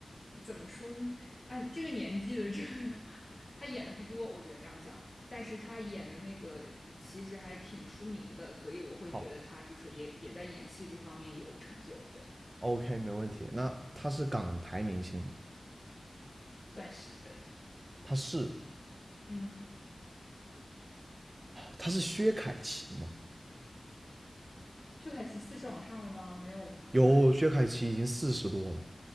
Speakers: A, on the left; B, on the right.
A: 怎么说呢？啊，这个年纪的这个 <laughs> 他演的不多，我只能这样讲，但是他演的那个其实还挺出名的，所以我会觉得他就是也也在演戏这方面有成就，
B: 好，
A: 对，
B: OK，没问题。那他是港台明星吗？
A: 算是对，
B: 他是
A: 嗯，
B: 他是薛凯琪吗？
A: 薛凯琪四是往上了吗？没有吧？
B: 有，薛凯琪已经四十多了。